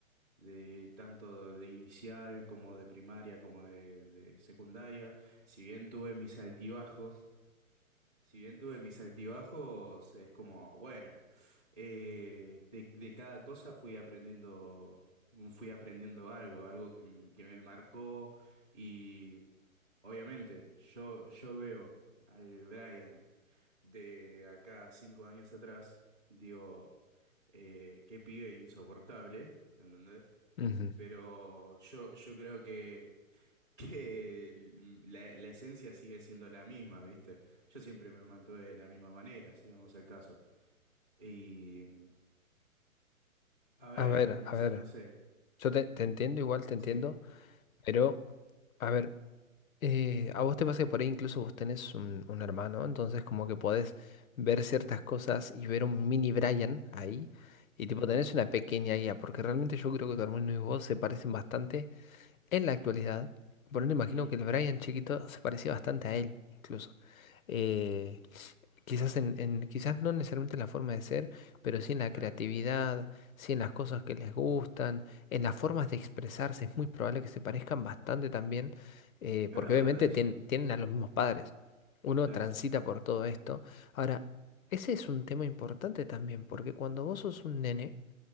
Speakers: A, in the centre; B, on the left.
A: de tanto de inicial como de primaria como de, de secundaria. Si bien tuve mis altibajos, Si bien tuve mis altibajos, es como, bueno, eh, de, de cada cosa fui aprendiendo, fui aprendiendo algo, algo que, m- que me marcó y obviamente yo, yo veo al Brian de acá cinco años atrás, digo, eh, qué pibe insoportable, ¿entendés?
B: Ujú.
A: Pero yo, yo creo que que la, la esencia sigue siendo la misma, ¿viste? Yo siempre me mantuve de la misma manera, si vamos al caso. Y, mm, a ver,
B: A ver,
A: no
B: a
A: sé,
B: ver,
A: no sé.
B: yo te, te entiendo, igual te entiendo,
A: Sí, es
B: pero a ver, eh, a vos te pasa que por ahí incluso vos tenés un, un hermano, entonces como que podés ver ciertas cosas y ver un mini Brian ahí y tipo
A: verdad.
B: tenés una pequeña IA, porque realmente yo creo que tu hermano y vos se parecen bastante en la actualidad. Por eso imagino
A: Mm,
B: que el Brian chiquito se parecía bastante a él, incluso. Eh, Quizás, en, en- quizás no necesariamente en la forma de ser, pero sí en la
A: claro,
B: creatividad, sí en las cosas que les gustan, en las formas de expresarse. Es muy probable que se parezcan bastante también, eh,
A: es
B: porque
A: verdad
B: obviamente
A: eso.
B: tien- tienen a los mismos padres. Uno
A: Claro,
B: transita por todo esto. Ahora, ese es un tema importante también, porque cuando vos sos un nene,